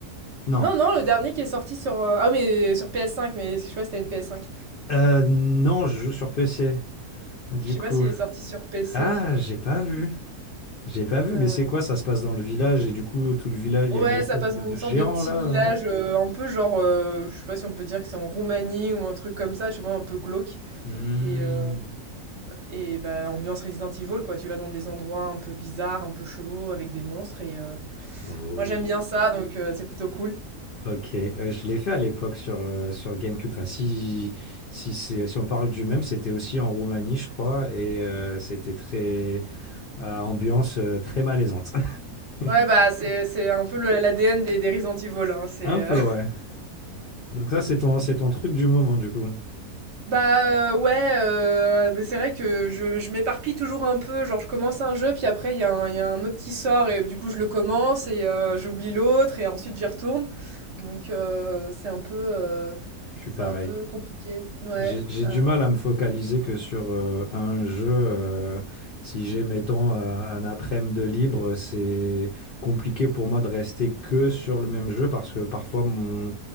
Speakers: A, on the left; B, on the right.
A: Non.
B: Non, non, le dernier qui est sorti sur, heu ah mais sur PS5, mais je sais pas si tu as une PS5.
A: Euh, non, je joue sur PC, du
B: Je sais
A: coup.
B: pas s'il est sorti sur PC.
A: Ah, j'ai pas vu. J'ai pas vu,
B: Heu,
A: mais c'est quoi? Ça se passe dans le village et du coup, tout le village,
B: ouais,
A: il y a une espèce
B: ça passe
A: de,
B: dans
A: de
B: une sorte
A: géant
B: de petit
A: là.
B: village, heu, un peu genre, heu, je sais pas si on peut dire que c'est en Roumanie ou un truc comme ça, tu vois? Un peu glauque
A: Hmm.
B: et heu et bah, ambiance Resident Evil, quoi. Tu vas dans des endroits un peu bizarres, un peu chelous avec des monstres et heu,
A: Oh,
B: moi j'aime bien ça donc heu, c'est plutôt cool.
A: ok. Euh, je l'ai fait à l'époque sur, euh, sur GameCube. Enfin, si, si, c'est- si on parle du même, c'était aussi en Roumanie, je crois, et euh, c'était très euh, ambiance euh, très malaisante. <laughs>
B: Ouais, bah, c'est c'est un peu le l'ADN des des Resident Evil, hein, c'est,
A: Un peu,
B: heu
A: ouais. Donc ça, c'est ton, c'est ton truc du moment, du coup.
B: Bah, heu, ouais, heu, mais c'est vrai que je je m'éparpille toujours un peu, genre je commence un jeu, puis après il y a un il y a un autre qui sort et du coup je le commence et heu, j'oublie l'autre et ensuite j'y retourne. Donc heu, c'est un peu, heu,
A: Je suis
B: c'est
A: pareil.
B: un peu compliqué. Ouais,
A: J'ai j'ai
B: heu,
A: du mal à me focaliser que sur euh, un jeu. euh, si j'ai, mettons, euh, un après-midi de libre, c'est compliqué pour moi de rester que sur le même jeu parce que parfois mon,